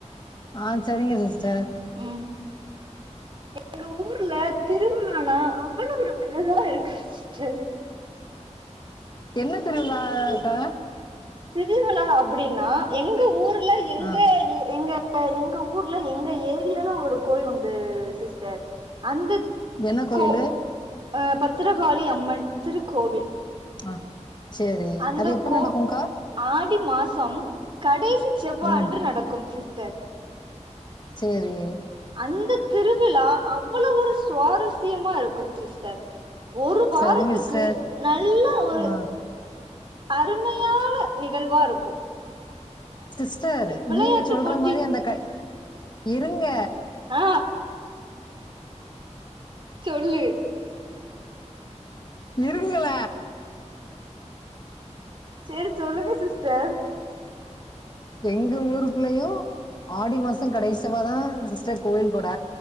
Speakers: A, on the left; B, on the right.
A: ஆ சரிங்க சிஸ்டர்
B: ம் எங்க ஊர்ல திருவிழா லானா அவ்ளோ ஒரு அழகா இருக்கு சிஸ்டர்
A: என்ன திருவிழா அ க்கா
B: திருவீலா அப்படின்னா எங்க ஊர்ல எங்க
A: ஆ
B: எங்க அ எங்க ஊர்ல எங்க ஏரியால ஒரு கோயில் உண்டு சிஸ்டர் அந்த
A: என்ன கோயிலு
B: கோ அ பத்திரகாளி அம்மன் திருக்கோவில்
A: ஆ சேரி
B: அந்த
A: அது எப்ப
B: கோ
A: நடக்கும்க்கா
B: ஆடி மாசம் கடைசி செவ்வான்று
A: ம்
B: நடக்கும் சிஸ்டர்
A: சேரி
B: அந்த திருவிழா அவ்ளோவு ஒரு சுவாரஸ்யமா இருக்கும் சிஸ்டர் ஒரு வாரத்துக்கு
A: சரிங்க சிஸ்டர்
B: நல்ல ஒரு
A: ஆ
B: அருமையான நிகழ்வாருக்கு
A: சிஸ்டர்
B: விளையாட்டு
A: நீங்க சொல்ற
B: போட்டி
A: மாரி அந்த கட் இருங்க
B: ஆ சொல்லு
A: இருங்கள
B: சேரி சொல்லுங்க சிஸ்டர்
A: எங்க ஊருக்குள்ளயு ஆடி மாசோ கடைசிவாரோ சிஸ்டர் கோவில் கொட